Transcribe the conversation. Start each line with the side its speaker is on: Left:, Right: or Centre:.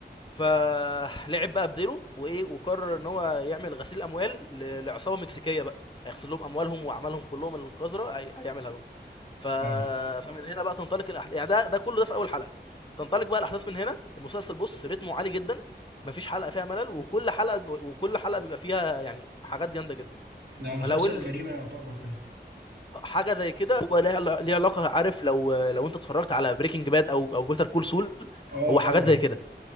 Left: فلعب بقى بديره وايه وقرر ان هو يعمل غسيل اموال ل- لعصابه مكسيكيه بقى هيغسل لهم اموالهم واعمالهم كلهم القذره هي- هيعملها لهم ف...
Right: اه
Left: فمن هنا بقى تنطلق الاحداث يعني ده ده كله ده في اول حلقه تنطلق بقى الاحداث من هنا المسلسل بص رتمه عالي جدا مفيش حلقه فيها ملل وكل حلقه وكل حلقه بيبقى فيها يعني حاجات جامده جدا
Right: ده مسلسل
Left: فلو ال-
Right: جريمه يعتبر كده
Left: حاجه زي كده هو ليها ليها علاقه عارف لو لو انت اتفرجت على بريكنج باد او او بيتر كول سول
Right: اه
Left: هو
Right: طبعا
Left: حاجات زي كده